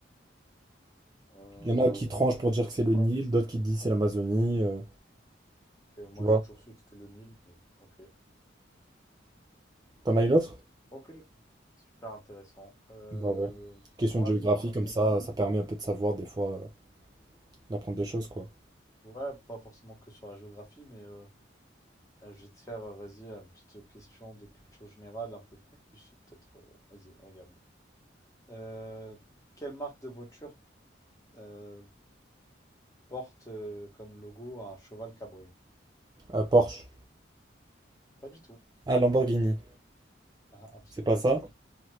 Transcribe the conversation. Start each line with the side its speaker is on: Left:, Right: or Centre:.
Left: Euh,
Right: Il y en a qui tranchent pour dire que c'est le
Left: ouais,
Right: Nil, d'autres qui disent c'est l'Amazonie. euh.
Left: ok, moi
Right: tu vois.
Left: j'ai toujours su que c'était le Nil, mais ok.
Right: T'en as une autre?
Left: Ok, super intéressant. Euh,
Right: Bah ouais. Question
Left: moi
Right: de géographie,
Left: j'en
Right: comme
Left: ai
Right: ça,
Left: une.
Right: ça permet un peu de savoir des fois, euh, d'apprendre des choses, quoi.
Left: Ouais, pas forcément que sur la géographie, mais euh, euh, je vais te faire, euh, vas-y, une petite question de culture générale, un peu plus, euh, peut-être. euh, vas-y, regarde. Euh, quelle marque de voiture euh, porte euh, comme logo un cheval cabré?
Right: Ah, Porsche.
Left: Pas du tout.
Right: Ah, Lamborghini.
Left: Ah, absolument
Right: C'est pas ça?
Left: pas.